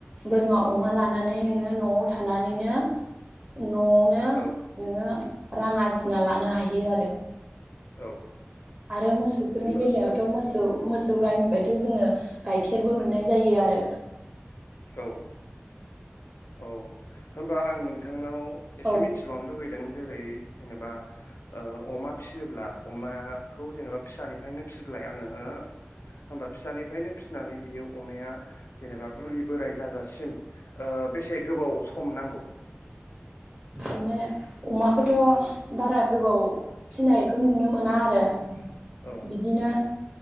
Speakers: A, on the right (about 30°); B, on the left (about 70°).
A: बोरमा अमा
B: उम
A: लानानै नोङो न'आव थानानैनो न'आवनो
B: औ
A: नोङो रां आरजिना लानो हायो आरो
B: औ।
A: आरो मोसौफोरनि
B: होमबा
A: बेलायावथ' मोसौ सौ मोसौ गायनि बथ' जोङो गाइखेरबो मोननाय जायो आरो
B: औ औ होनबा आं नोंथांनाव एसे
A: औ
B: मिथिबावनो लुगैदों जेरै जेनेबा अमा फिसियोब्ला अमाखौ जेनेबा फिसानिफ्रायनो फिब्लाय आङो हो होमबा फिसानिफ्रायनो फिसिनानै बियो अमाया जेनेबा बुरि बोराय जाजासिम ओ बेसे गोबाव सम नांगौ
A: अमाया अमाखौथ' बारा गोबाव फिनायखौ नुनो मोना आरो
B: औ
A: बिदिनो